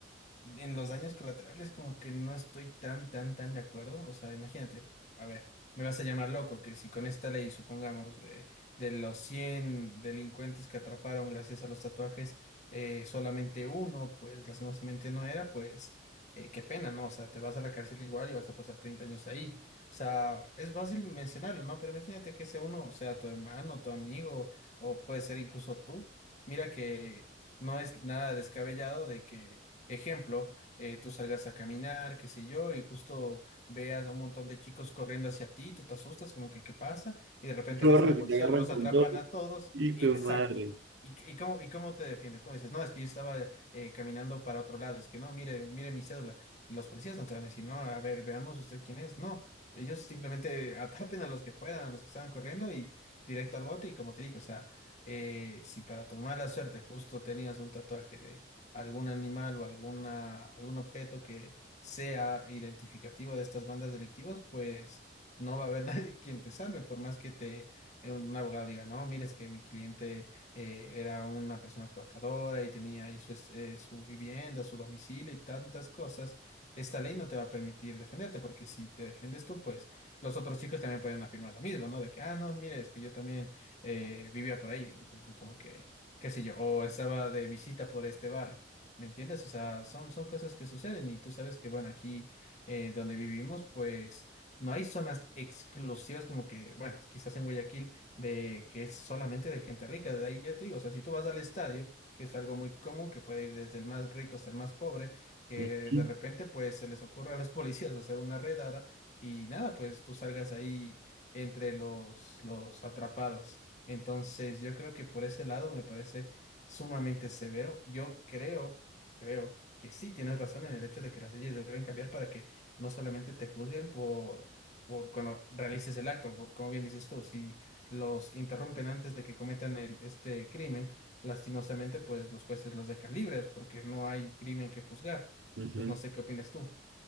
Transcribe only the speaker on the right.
Corre,
si
te agarran
con
todo.
Hijo
de madre.
Ujú,
ujú.